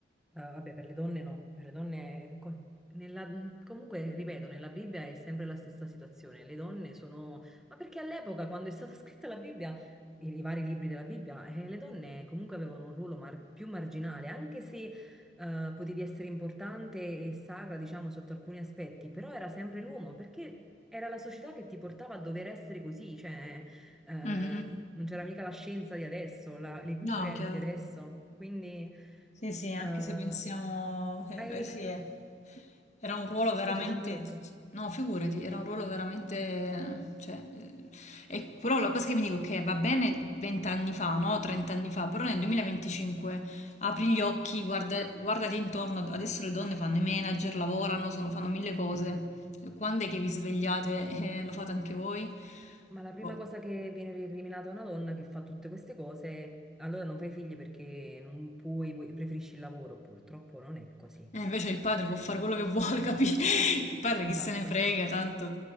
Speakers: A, in the centre; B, on the left (about 40°).
A: Ah, vabbè, per le donne no, per le donne... eh, co- nella- comunque, ripeto, nella Bibbia è sempre la stessa situazione. Le donne sono... Ma perché all'epoca, quando è stata <laughs> scritta la Bibbia, i, i vari libri della Bibbia, eh, le donne comunque avevano un ruolo mar- più marginale, anche se eh, potevi essere importante e sacra, diciamo, sotto alcuni aspetti, però era sempre l'uomo, perché era la società che ti portava a dover essere così, cioè eh,
B: Mhm.
A: non c'era mica la scienza di adesso, la- le cure
B: No, chiaro.
A: di adesso, quindi...
B: Sì, sì, anche
A: Eh,
B: se pensiamo, eh,
A: hai...
B: beh, sì, è- era un ruolo
A: ah,
B: veramente,
A: Scusa, ti ho interrotto,
B: no, figurati, era un ruolo veramente, cioè, eh, e però la cosa che mi dico è che va bene 20 anni fa, no, 30 anni fa, però nel 2025 apri gli occhi, guarda, guardati intorno, adesso le donne fanno i manager, lavorano, sono- fanno mille cose, quando è che vi svegliate e lo fate anche voi?
A: ma la prima
B: Boh.
A: cosa che viene recriminata a una donna che fa tutte queste cose, allora non fai figli perché non puoi, vuoi- preferisci il lavoro, purtroppo non è così.
B: E invece il
A: Cioè,
B: padre può fare quello che vuole, capito? <laughs> Il padre
A: esatto.
B: chi se ne frega, tanto...